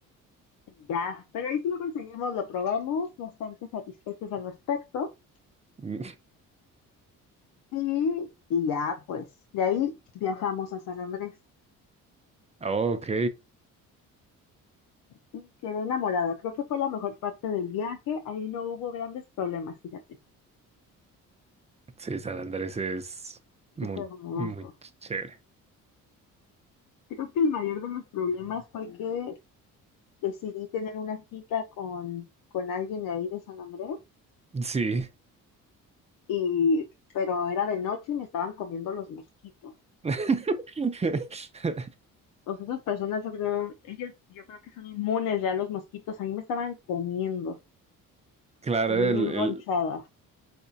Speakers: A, on the left; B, on the right.
A: Y Ya, pero ahí sí lo conseguimos, lo probamos, bastante satisfechos al respecto.
B: Mm,
A: Y, y ya, pues, de ahí viajamos a San Andrés.
B: ah, ok,
A: Y quedé enamorada. Creo que fue la mejor parte del viaje. Ahí no hubo grandes problemas, fíjate.
B: sí, San Andrés es muy,
A: Es hermoso.
B: muy ch- chévere.
A: Creo que el mayor de los problemas fue que decidí tener una cita con, con alguien de ahí de San Andrés,
B: Sí.
A: y, pero era de noche y me estaban comiendo los mosquitos.
B: <laughs>
A: O sea, esas personas, yo creo, ellos, yo creo que son inmunes ya a los mosquitos. A mí me estaban comiendo.
B: Claro,
A: Terminé
B: el,
A: enronchada.
B: el-